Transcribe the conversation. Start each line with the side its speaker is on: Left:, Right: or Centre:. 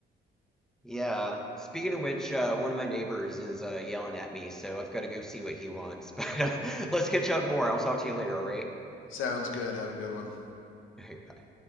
Centre: Yeah. Speaking of which, uh, one of my neighbors is uh, yelling at me, so I've got to go see what he wants. <laughs> But uh, let's catch up more. I'll talk to you later, all right?
Left: Sounds good. Have a good one.
Centre: All right, bye.